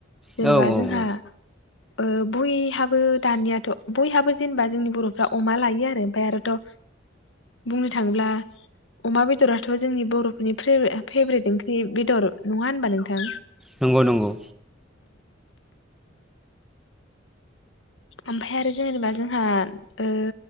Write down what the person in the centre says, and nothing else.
औ औ
औ
नंगौ नंगौ